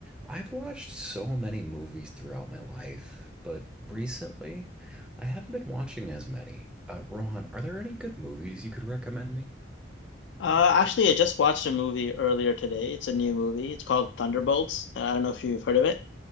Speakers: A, in the centre; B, on the left.
A: I've watched so many movies throughout my life, but recently I haven't been watching as many. Uh, Rohan, are there any good movies you could recommend me?
B: Uh, actually, I just watched a movie earlier today. It's a new movie. It's called Thunderbolts. Uh, I don't know if you've heard of it.